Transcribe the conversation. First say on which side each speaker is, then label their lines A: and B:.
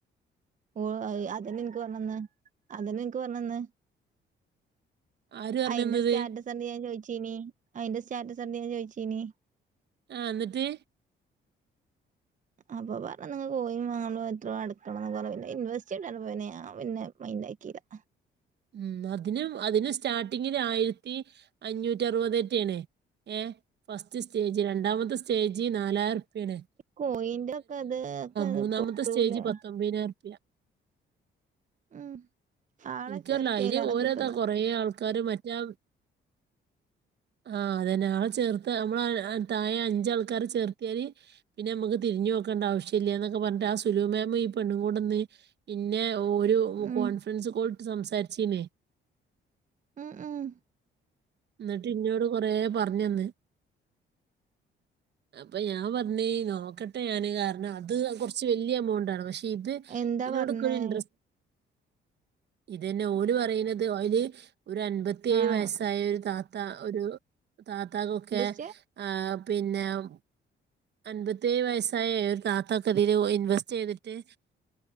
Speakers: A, on the right (about 40°); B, on the right (about 60°).
A: ഓ അത് അതന്നെ ഇൻക്ക് പറഞ്ഞന്ന് അതന്നെ ഇൻക്ക് പറഞ്ഞന്ന്
B: ആര് പറഞ്ഞു
A: അയിന്റെ
B: തന്നത്
A: സ്റ്റാറ്റസ് കണ്ട് ഞാൻ ചോയിച്ചീനി അയിന്റെ സ്റ്റാറ്റസ് കണ്ട് ഞാൻ ചോയിച്ചീനി
B: ആ എന്നിട്ട്
A: അപ്പം പറഞ്ഞുതന്നു നിങ്ങൾ പോയി അഞ എത്രോ അടക്കണംന്ന് കുറേ പിന്നെ ഇൻവെസ്റ്റ് അറിഞ്ഞപ്പോൾ ഞാൻ പിന്നെ മൈൻഡാക്കി <inaudible>
B: മം അതിനും അതിന് സ്റ്റാർട്ടിങ്ങിൽ ആയിരത്തി അഞ്ഞൂറ്റി അറുപതെറ്റെണേ ഏ ഫസ്റ്റ് സ്റ്റേജ് രണ്ടാമത് സ്റ്റേ നാലായിരം രുപിയാണ്
A: കോയിന്റെ ഒക്കെ ഇത് ഒക്കെ
B: മൂന്നാമത്തെ
A: പൊട്ടൂലേ
B: സ്റ്റേജി പത്തൊമ്പതിനായിരം ബിയാ
A: ഉം ആളെ
B: പല്ല
A: ചേർത്തിയയിലേറെ
B: അയ്ല് ഓരോത
A: കിട്ടുന്ന
B: കൊറെേ ആൾക്കാര് മറ്റാ
A: <inaudible>
B: ആഹ് അതെന്നെ ആളെ ചേർത്ത് നമ്മള് താഴെ അഞ്ചാൾക്കാരെ ചേർത്തിയല് പിന്നെ നമ്മുക്ക് തിരിഞ്ഞു നോക്കേണ്ട ആവശ്യല്ല്യ നൊക്കെ പറഞ്ഞിട്ട് ആഹ് സുലു മാേമ ഈ പെണ്ണും കൂടെന്ന് ഇ ന്നെ ഒരു
A: ഉം
B: കോൺഫറൻസ് കോളട്ട് സംസാരിച്ചേന്നേ
A: ഉം ഉം
B: എന്നിട്ട് ഇന്നോട് കൊറെ പറഞ്ഞന്ന് അപ്പൊ ഞാൻ പറഞ്ഞി നോക്കട്ടെ ഞാന് കാരണം അത്കുറച്ച് കുറച്ച് വലിയ എമൗണ്ട്ണ് പക്ഷെ ഇത്
A: എന്താ
B: ഇതിനോട്ക്കെ
A: പറഞ്ഞേ
B: ഇൻട്രസ്റ്റ് ഇതന്നെ ഓല് പറയിണത് അയ്ല് ഒരു അൻപത്തിയേഴ്
A: ആഹ്
B: വയസ്സായ ഒരു താത്ത ഒരു താത്തകൊക്കെ
A: എന്തുച്ചെ
B: ആഹ് പിന്നെ അൻ പത്തി അൻപത്തിഏയ്‌ വയസായ ഒരു താ ത്താക്കതിൽ ഇൻവെസ്റ്റ് ചെയ്തിട്ട്